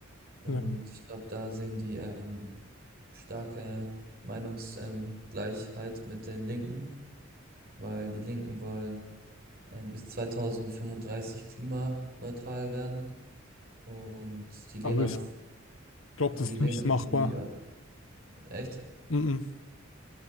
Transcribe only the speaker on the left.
Ja,
aber ja.
ich ja. glaube,
das
ist
nicht
machbar.
Mhm.